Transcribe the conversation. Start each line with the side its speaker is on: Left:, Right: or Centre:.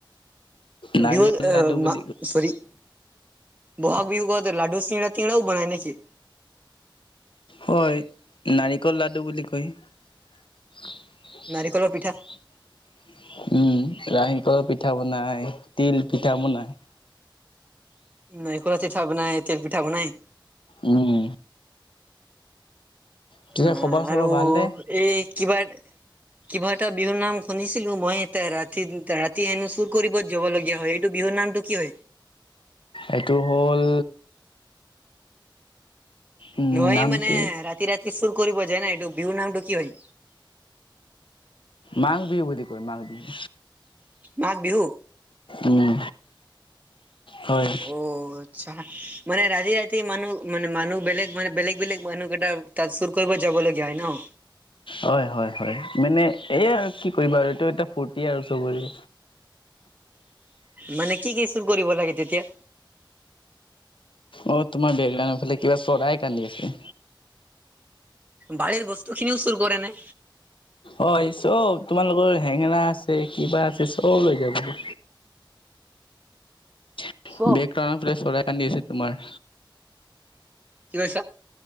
Left: নাৰিকল
Right: বিহু,
Left: লাডু বুলি কয়,
Right: চৰী। ব'হাগ বিহুকত লাডু সিং তিৰাও বনাই নেকি?
Left: হয়, নাৰিকল লাডু বুলি কয়। উম।
Right: নাৰিকলৰ পিঠা
Left: ৰাহি কলৰ পিঠা পিঠা বনায়, তিলপিঠা বনায়।
Right: নাৰিকলৰ পিঠা বনায়, তিলপিঠা বনায়।
Left: উম। পিছে
Right: আ
Left: খবৰ চবৰ
Right: আৰু
Left: ভালনে
Right: এই কিবাৰ! কিবা এটা বিহুৰ নাম শুনিছিলো মই। ৰাতি, ৰাতি হেনো চুৰ কৰিব যাবলগীয়া হয়। এইটো বিহুৰ নামটো কি হয়?
Left: এইটো হ'ল, উম
Right: নোৱাৰি
Left: নামটো
Right: মানে, ৰাতি-ৰাতি চুৰ কৰিব যাই না। এইটো বিহু নামটো কি হয়?
Left: মাঘ বিহু বুলি কয় মাঘ বিহু
Right: মাঘ বিহু
Left: উম, হয়।
Right: অ আচ্ছা মানে ৰাতি ৰাতি মানুহ, মানে মানুহ বেলেগ মানে বেলেগ বেলেগ মানুহকেইটা তাত চুৰ কৰিব যাব লাগে। যায় ন?
Left: হয় হয় হয়। মানে এইয়া আৰু কি কৰিবা আৰু এইটো এটা ফুৰ্তি আৰু চবৰে।
Right: মানে কি কি চুৰ কৰিব লাগে তেতিয়া?
Left: অ' তোমাৰ বেকগ্ৰাউণ্ডৰ ফালে কিবা চৰাই কান্দি আছে।
Right: বাৰীৰ বস্তুখিনিও চুৰ কৰে নে?
Left: হয় চব, তোমালোকৰ হেঙেৰা আছে কিবা আছে চব লৈ যাব। <unintelligible>
Right: চব
Left: ফালে চৰাই কান্দি আছে তোমাৰ।
Right: কি কৈছা?